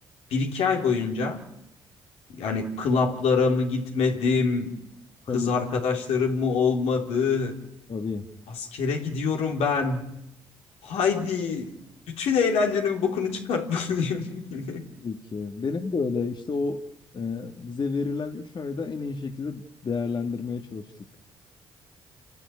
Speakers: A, on the left; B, on the left.
A: bir iki ay boyunca yani klaplara mı gitmedim, kız
B: Tabii
A: arkadaşlarım
B: tabii.
A: mı olmadı,
B: Tabii,
A: askere gidiyorum ben. Haydi bütün eğlencenin bokunu çıkartmalıyım <laughs> gibi.
B: tabii ki. Benim de öyle işte o e, bize verilen 3 ayda en iyi şekilde değerlendirmeye çalıştık.